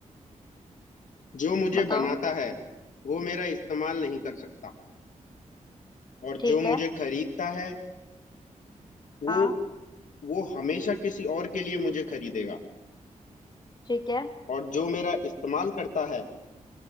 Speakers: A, on the left; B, on the left.
A: जो मुझे
B: बताओ
A: बनाता है वो मेरा इस्तेमाल नहीं कर सकता और
B: ठीक
A: जो मुझे
B: है
A: खरीदता है वो
B: हाँ
A: वो हमेशा किसी और के लिए मुझे खरीदेगा
B: ठीक है
A: और जो मेरा इस्तेमाल करता है